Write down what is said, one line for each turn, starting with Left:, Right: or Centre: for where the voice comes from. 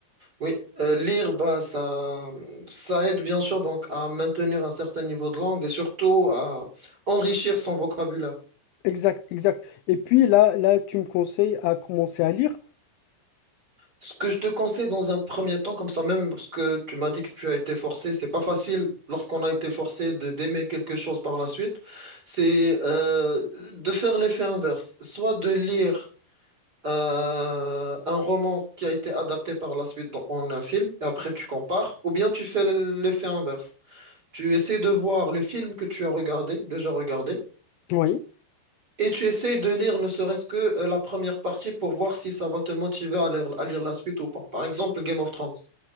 Right: Oui, Euh, lire, bah, ça, ça aide bien sûr donc à maintenir un certain niveau de langue et surtout à enrichir son vocabulaire.
Left: exact, exact. Et puis là, là, tu me conseilles à commencer à lire.
Right: Ce que je te conseille dans un premier temps, comme ça même, parce que tu m'as dit que tu as été forcé, c'est pas facile lorsqu'on a été forcé de d'aimer quelque chose par la suite, c'est euh, de faire l'effet inverse, soit de lire euh, un roman qui a été adapté par la suite dans- en un film, et après tu compares, ou bien tu fais l'effet inverse. Tu essaies de voir les films que tu as regardés, déjà regardés,
Left: Oui,
Right: et tu essayes de lire ne serait-ce que euh, la première partie pour voir si ça va te motiver à lire, à lire la suite ou pas. Par exemple, Game of Thrones.